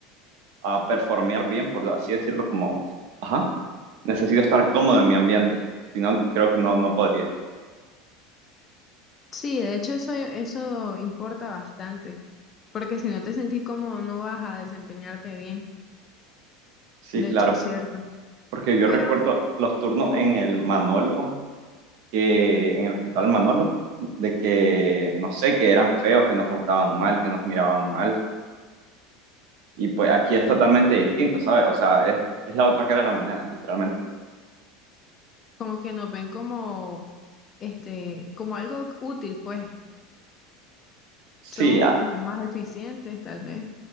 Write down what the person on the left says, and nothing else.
Sí, de hecho eso, eso importa bastante, porque si no te sentís cómodo no vas a desempeñarte bien.
De
hecho es cierto.
Pero
ujú,
como que nos ven como, este, como algo útil, pues
somos
como más eficientes tal vez.